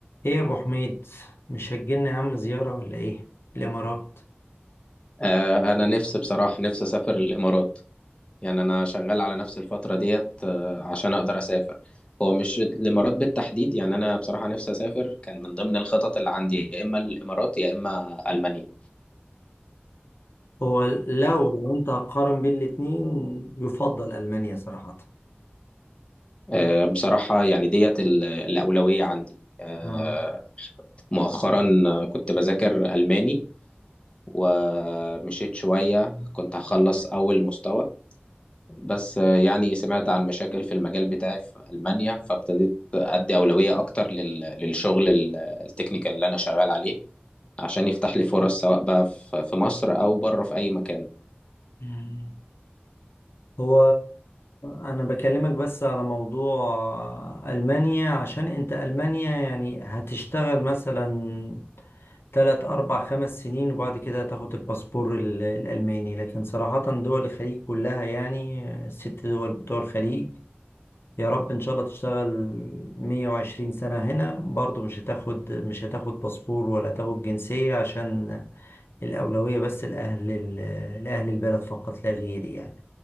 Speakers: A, on the left; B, on the left.
A: ايه يا ابو حميد مش هتجيلنا يا عم زيارة ولا ايه الامارات
B: آه، انا نفسي بصراحه نفسي اسافر الامارات يعني انا شغال على نفس الفتره ديت آه، عشان اقدر اسافر هو مش الامارات بالتحديد يعني انا بصراحه نفسي اسافر كان من ضمن الخطط اللي عندي يا اما الامارات يا اما المانيا
A: هو لو لو انت هتقارن بين الاتنين يفضل المانيا صراحة
B: آه، بصراحه يعني ديت ال- الاولويه عندي آه،
A: آه.
B: مؤخرا آه، كنت بذاكر الماني ومشيت شويه كنت هخلص اول مستوى بس آه، يعني سمعت عن مشاكل في المجال بتاعي في ألمانيا فابتديت أدي أولوية أكتر لل- للشغل ال- التكنيكال اللي أنا شغال عليه عشان يفتح لي فرص سواء بقى في في مصر أو بره في أي مكان
A: مم. هو انا بكلمك بس على موضوع المانيا عشان انت المانيا يعني هتشتغل مثلا تلات اربع خمس سنين وبعد كده هتاخد الباسبور ال- الالماني لكن صراحة دول الخليج كلها يعني الست دول بتوع الخليج يا رب ان شاء الله تشتغل 120 سنة هنا برضو مش هتاخد مش هتاخد باسبور ولا هتاخد جنسية عشان الأولوية بس لأهل ال- لأهل البلد فقط لا غير يعني